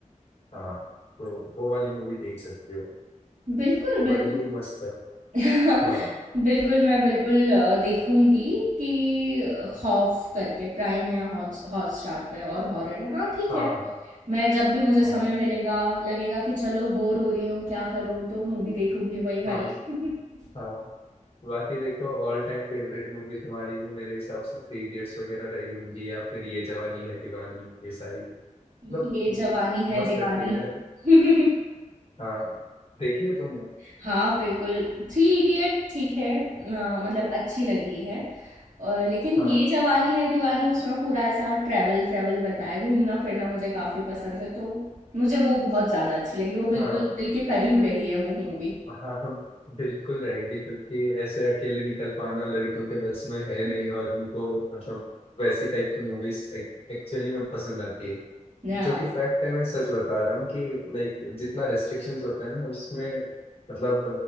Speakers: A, on the left; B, on the right.
A: हाँ तो वो वाली मूवी देख सकते हो
B: बिल्कुल, बिल्कुल।
A: बड़ी ही मस्त है
B: <laughs>
A: हाँ
B: बिल्कुल, मैं बिल्कुल अ, देखूँगी कि अ, खौफ़ करके प्राइम या हॉट्स हॉटस्टार पे और हॉरर है। हाँ, ठीक
A: हाँ
B: है।
A: हाँ
B: मैं जब भी मुझे
A: हाँ
B: समय मिलेगा, लगेगा कि चलो बोर हो रही हूँ, क्या करूँ? तो मूवी देखूँगी वही वाली।
A: हाँ
B: <laughs>
A: हाँ बाकी देखो ऑल टाइम फेवरेट मूवी तुम्हारी भी मेरे हिसाब से थ्री इडियट्स वगैरह रही होंगी या फिर ये जवानी है दीवानी ये सारी मतलब
B: ये जवानी है
A: मस्त
B: दीवानी।
A: लगती है मैंने
B: <laughs>
A: हाँ देखी है तुमने
B: हाँ, बिल्कुल, थ्री इडियट ठीक है अ, मतलब अच्छी लगी है और लेकिन
A: हाँ
B: ये जवानी है दीवानी उसमें पूरा ऐसा ट्रैवल-ट्रैवल बताया है, घूमना-फिरना मुझे काफ़ी पसंद है, तो मुझे वो बहुत ज़्यादा अच्छी लगी, वो बिल्कुल
A: हाँ
B: दिल के करीब रही है वो मूवी।
A: हाँ हाँ, बिल्कुल रहेगी क्योंकि ऐसे अकेले निकल पाना लड़कियों के बस में है नहीं और उनको मतलब वैसी टाइप की मूवीज एक्चुअली में पसंद आती है
B: हाँ,
A: जो कि फैक्ट है मैं सच बता रहा हूँ कि लाइक जितना रेस्ट्रिक्शंस होता है ना उसमें मतलब